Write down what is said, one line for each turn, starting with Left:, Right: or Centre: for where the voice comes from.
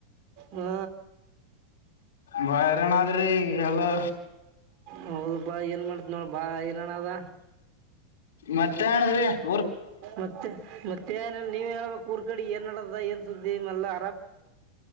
Right: ಹಾ...
Left: ಬಾಳ್ ಹೈರಾಣ ಅದರಿ ಈಗ ಎಲ್ಲಾ
Right: ಹೌದ ಪಾ ಏನ್ ಮಾಡ್ತಿ ನೋಡ ಬಾಳ್ ಹೈರಾಣ ಅದ
Left: ಮತ್ತೇನ ನಾಡದುಡ್ರಿ
Right: ಮತ್ತೆ ಮತ್ತೆ ಏನ ನೀವ್ ಹೇಳ್ಬೇಕ ಊರ್ ಕಡೆ ಏನ್ ನಡದುದ ಏನ್ ಸುದ್ದಿ ಮಲಾ